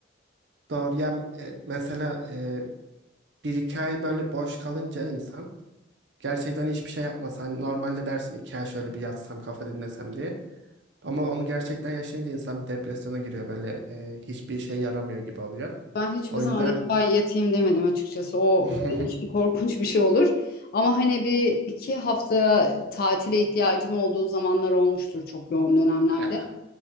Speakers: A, on the right; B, on the left.
A: doğru ya e, mesela e, bir iki ay böyle boş kalınca insan gerçekten hiçbir şey yapmasa hani normalde dersin iki ay şöyle bir yatsam kafa dinlesem diye. Ama onu gerçekten yaşayınca insan bir depresyona giriyor. Böyle e, hiçbir işe yaramıyor gibi oluyor.
B: Ben hiçbir
A: O
B: zaman
A: yüzden
B: iki ay yatayım demedim açıkçası. O
A: <laughs>
B: benim için korkunç bir şey olur. Ama hani bir iki hafta tatile ihtiyacım olduğu zamanlar olmuştur çok yoğun dönemlerde.
A: ya,